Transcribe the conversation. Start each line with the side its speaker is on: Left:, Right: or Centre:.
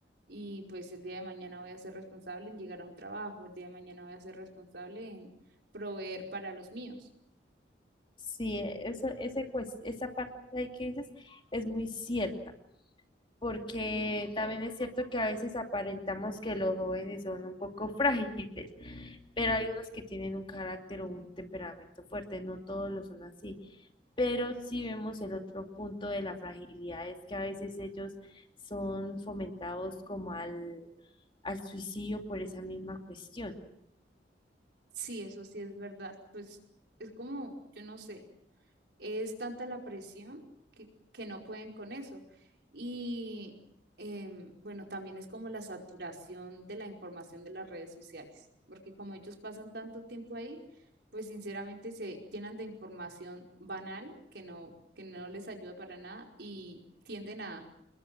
Right: y pues el día de mañana voy a ser responsable en llegar a un trabajo, el día de mañana voy a ser responsable en proveer para los míos.
Left: Sí, eso, ese, cues- esa parte ahí que dices es muy cierta, porque también es cierto que a veces aparentamos que los jóvenes son un poco frágiles pero hay unos que tienen un carácter o un temperamento fuerte, no todos lo son así. Pero si vemos el otro punto de la fragilidad es que a veces ellos son fomentados como al, al suicidio por esa misma cuestión.
Right: Sí, eso sí es verdad. Pues es como, yo no sé. es tanta la presión que, que no pueden con eso. Y em, bueno, también es como la saturación de la información de las redes sociales, porque como ellos pasan tanto tiempo ahí, pues sinceramente se llenan de información banal que no, que no les ayuda para nada y tienden a,